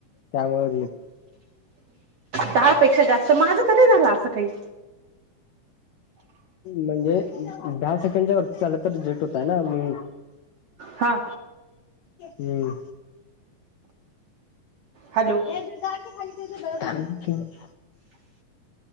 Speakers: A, on the left (about 80°); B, on the right (about 70°).
A: त्यामुळे
B: दहा पेक्षा जास्त माझं तर नाही झालं असं काही
A: म्हणजे दहा सेकंडच्या वरती झालं तर रिजेक्ट होतय ना म
B: हां
A: हम्म
B: हॅलो
A: ये तू जा की खाली <inaudible>